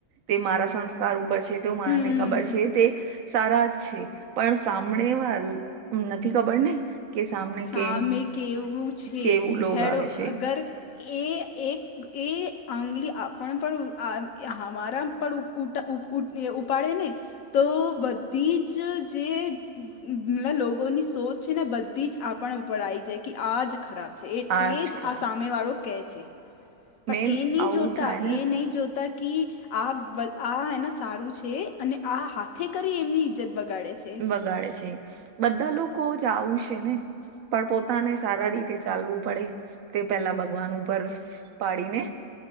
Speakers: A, on the right; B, on the left.
A: તે મારા સંસ્ કાર ઉપર છે તે મને
B: હમ
A: ખબર છે તે સારા જ છે પણ સાામળ વા નથી ખબર ને કે સામને
B: સામે
A: કેમ
B: કેવું છે
A: કેવું લોગ
B: હેડો
A: આવે છે
B: અગર એ એક એ આંગલી આપણ પડ અમારા પડ ઉટ ઉપાડે ને તો બધી જ જે લોકોની સોચ છે ને બધી જ આપણ ઉપર આવી જાય કે આ જ ખરાબ છે એટલે
A: આજ
B: જ
A: ખરા
B: આ સામેવાળો કહે છે પણ
A: મેન
B: એ નહી
A: આવું
B: જોતા
A: થાય ને
B: એ નહી જોતા કે આ આ એના સારું છે અને આ હાથે કરી એમની ઈજ્જત બગાડે છે.
A: બગાડે છે બધા લોકો જ આવું છે ને પણ પોતાને સારા રીતે ચાલવું પડે તે પેલા ભગવાન ઉપર પાડીને